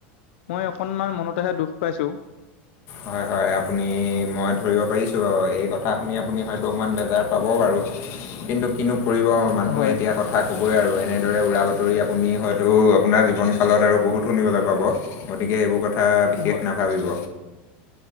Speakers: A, on the left (about 80°); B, on the left (about 40°).
A: মই অকণমান মনতেহে দুখ পাইছোঁ।
B: হয় হয় আপুনি মই ধৰিব পাৰিছোঁ আৰু এই কথা শুনি আপুনি হয়তো অকমান বেজাৰ পাব বাৰু। কিন্তু কিনো- কৰিব মানুহে
A: হয়
B: এতিয়া কথা ক'বই আৰু এনেদৰে উৰা বাতৰি আপুনি হয়তো আপোনাৰ জীৱন- কালত আৰু বহুত শুনিবলে পাব। গতিকে এইবোৰ কথা বিষেশ
A: হয়
B: নাভাবিব।